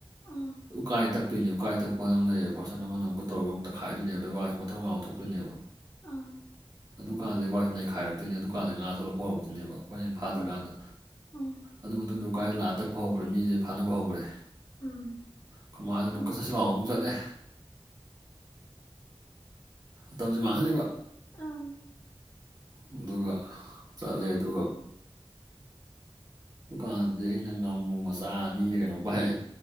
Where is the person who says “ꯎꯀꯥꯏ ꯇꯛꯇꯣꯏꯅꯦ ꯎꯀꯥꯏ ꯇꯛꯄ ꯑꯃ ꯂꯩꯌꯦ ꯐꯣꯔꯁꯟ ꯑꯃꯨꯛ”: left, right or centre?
Right